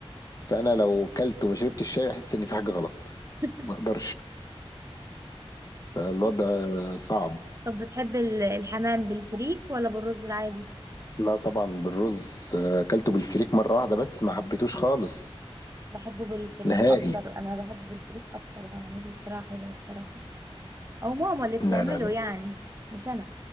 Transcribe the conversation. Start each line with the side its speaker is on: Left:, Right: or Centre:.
Left: فانا لو كلت وما شربتش شاي احس ان في حاجة غلط
Right: <laughs>
Left: ما اقدرش الوضع صعب
Right: طب بتحب ال- الحمام بالفريك ولا بالرز العادي
Left: لا طبعا بالرز آه، اكلته بالفريك مرة واحدة بس ما حبيتوش خالص
Right: بحبه بالفريك
Left: نهائي
Right: اكتر انا بحبه بالفريك اكتر بعمله بطريقه حلوه الصراحه او ماما اللي بتعمله
Left: لا لا لا
Right: يعني مش انا